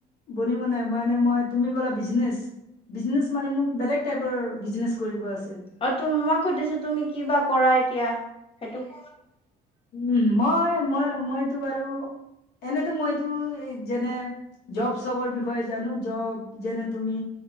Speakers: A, on the left (about 75°); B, on the left (about 35°).
A: বনিবনে? মানে তুমি কলা বিজনেছ। বিজনেচ মানে মোক বেলেগ টাইপৰ বিজনেচ কৰিব আছে।
B: অ' তো মই সুধিছো তুমি কিবা কৰা এতিয়া, সেইটোক
A: উ, মই মই মইতো বাৰু এনেতো মইতো যেনে জব চবৰ বিষয়ে জানো, জব যেনে তুমি